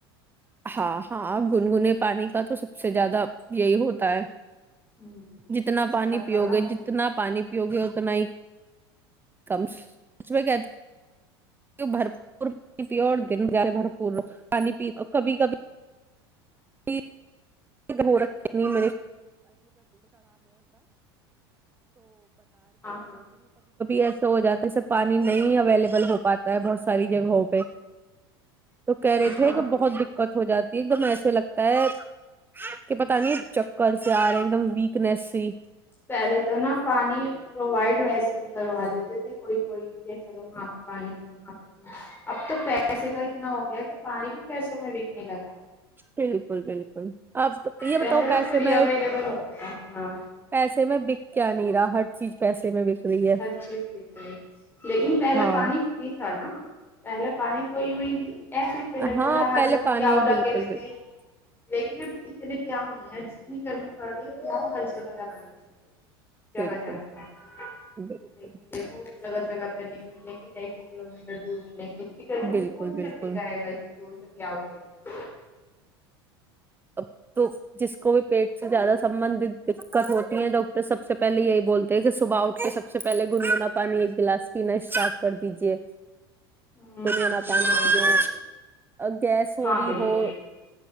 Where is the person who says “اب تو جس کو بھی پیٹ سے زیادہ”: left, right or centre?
Right